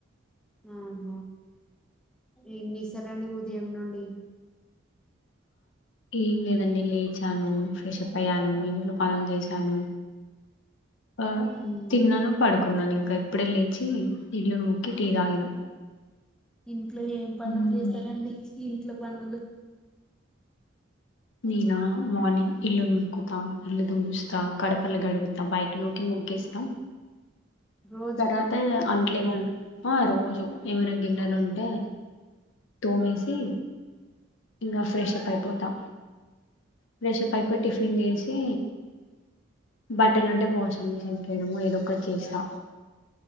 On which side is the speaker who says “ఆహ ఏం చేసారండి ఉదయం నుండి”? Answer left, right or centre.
Centre